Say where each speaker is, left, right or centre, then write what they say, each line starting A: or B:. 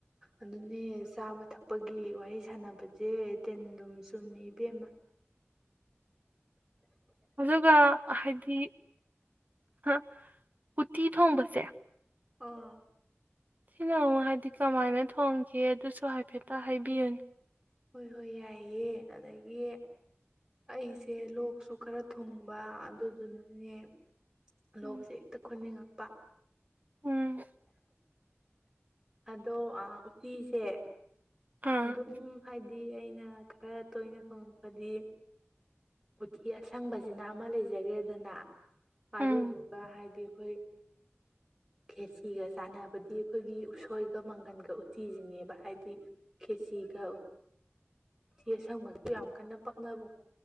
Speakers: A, on the right; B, on the right.
A: ꯑꯗꯨꯅꯦ ꯆꯥꯕ ꯊꯛꯄꯒꯤ ꯋꯥꯔꯤ ꯁꯥꯟꯅꯕꯁꯦ ꯇꯤꯟꯗꯨꯝ ꯆꯨꯝꯃꯤ ꯏꯕꯦꯝꯃ
B: ꯑꯗꯨꯒ ꯍꯥꯏꯗꯤ ꯑ ꯎꯇꯤ ꯊꯣꯡꯕꯁꯦ
A: ꯑꯥ
B: ꯊꯤꯅꯨ ꯍꯥꯏꯕꯗꯤ ꯀꯃꯥꯏꯅ ꯊꯣꯡꯒꯦ ꯑꯗꯨꯁꯨ ꯍꯥꯏꯐꯦꯠꯇ ꯍꯥꯏꯕꯤꯌꯨꯅꯦ
A: ꯍꯣꯏ ꯍꯣꯏ ꯌꯥꯏꯑꯦ ꯑꯗꯒꯤ ꯑꯩꯁꯦ ꯂꯣꯛꯁꯨ ꯈꯔ ꯊꯨꯡꯕ ꯑꯗꯨꯗꯨꯅꯅꯦ ꯂꯣꯛꯁꯦ
B: ꯎꯝ
A: ꯍꯦꯛꯇ ꯈꯨꯟꯅꯤꯡꯉꯛꯄ
B: ꯎꯝ
A: ꯑꯗꯣ ꯎꯇꯤꯁꯦ
B: ꯑꯥ
A: ꯑꯗꯨꯝ ꯍꯥꯏꯗꯤ ꯑꯩꯅ ꯈꯔ ꯇꯣꯏꯅ ꯊꯣꯉꯛꯄꯗꯤ ꯎꯇꯤ ꯑꯁꯪꯕꯁꯤꯅ ꯑꯃ ꯂꯩꯖꯈ꯭ꯔꯦꯗꯅ ꯑꯗꯨꯗꯨꯒ
B: ꯎꯝ
A: ꯍꯥꯏꯗꯤ ꯑꯩꯈꯣꯏ ꯈꯦꯁꯤꯒ ꯆꯥꯟꯅꯕꯗꯤ ꯑꯩꯈꯣꯏꯒꯤ ꯎꯁꯣꯏꯒ ꯃꯪꯒꯟꯒ ꯎꯇꯤꯁꯤꯅꯦꯕ ꯍꯥꯏꯗꯤ ꯀꯦꯆꯒ ꯎꯇꯤ ꯑꯁꯪꯕꯒꯤꯁꯨ ꯌꯥꯝ ꯀꯟꯅ ꯄꯛꯅꯕ